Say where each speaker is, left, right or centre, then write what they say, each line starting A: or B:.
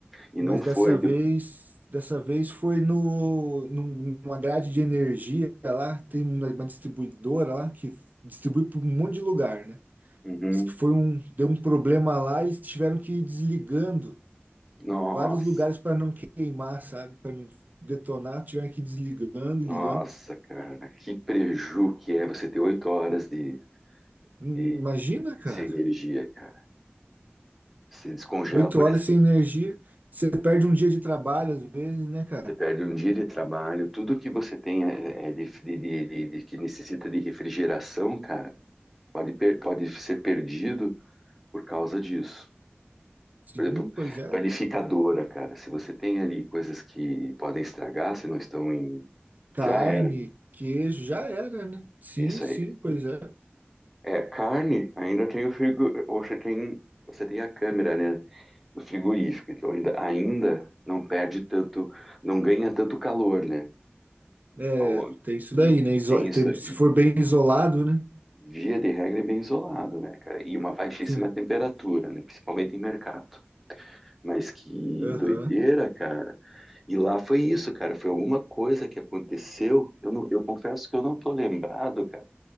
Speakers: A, in the centre; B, on the right.
A: E
B: Mas
A: não foi.
B: dessa
A: de-
B: vez, dessa vez foi no, num- numa grade de energia lá, tem uma uma distribuidora lá que distribui para um monte de lugar, né?
A: Uhum.
B: Diz que foi um, deu um problema lá, e eles tiveram que ir desligando
A: Nossa,
B: vários lugares para não queimar, sabe? Para não detonar, tiveram que ir desligando,
A: nossa,
B: ligando.
A: cara, que preju que é você ter oito horas de,
B: Hum,
A: de-
B: Imagina, cara,
A: sem energia, cara. Você descongela,
B: oito
A: por
B: horas
A: exemplo,
B: sem energia, você perde um dia de trabalho às vezes, né, cara?
A: você perde um dia de trabalho, tudo que você tem é, é é de, de- de- de- de- que necessita de refrigeração, cara, pode, per- pode ser perdido por causa disso.
B: Sim,
A: Por exemplo,
B: pois é.
A: panificadora, cara. Se você tem ali coisas que podem estragar, se não estão em.
B: Carne,
A: Já era.
B: queijo, já era, né? Sim,
A: é Isso
B: sim,
A: aí.
B: pois é.
A: É, carne, ainda tem o frigo. Ou você tem, você tem a câmera, né? Do frigorífico. Então ainda, ainda não perde tanto. Não ganha tanto calor, né?
B: É,
A: Ao longo.
B: tem isso daí, né? Iso-
A: Tem isso.
B: tem-
A: aí.
B: se for bem isolado, né?
A: Via de regra é bem isolado, né, cara? E uma baixíssima
B: Sim,
A: temperatura, né? Principalmente em mercado. Mas que
B: aham.
A: doideira, cara. E lá foi isso, cara. Foi alguma coisa que aconteceu. Eu, não, eu confesso que eu não tô lembrado, cara.